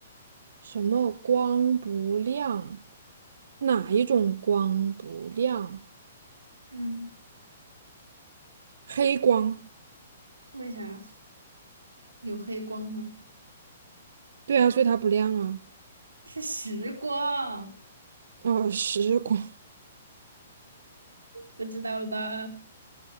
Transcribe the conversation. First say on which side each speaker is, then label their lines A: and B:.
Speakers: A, on the right; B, on the right.
A: 什么光不亮？哪一种光不亮？
B: 嗯，
A: 黑光。
B: 为啥有黑光呢？
A: 对啊，所以它不亮啊。
B: 是时光，
A: 哦，实光，
B: 不知道了吧？